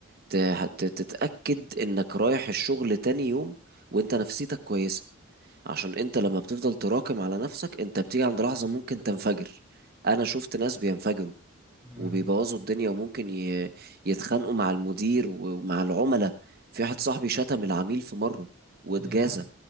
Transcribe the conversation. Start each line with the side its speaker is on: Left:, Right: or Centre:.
Right: ت- ت- تتأكد إنك رايح الشغل تاني يوم وإنت نفسيتك كويسة عشان انت لما بتفضل تراكم على نفسك انت بتيجي عند لحظة ممكن تنفجر انا شفت ناس بينفجروا
Centre: يا لهوي
Right: وبيبوظوا الدنيا وممكن ي- يتخانقوا مع المدير ومع العملاء في واحد صاحبي شتم العميل في مرة واتجازى
Centre: يا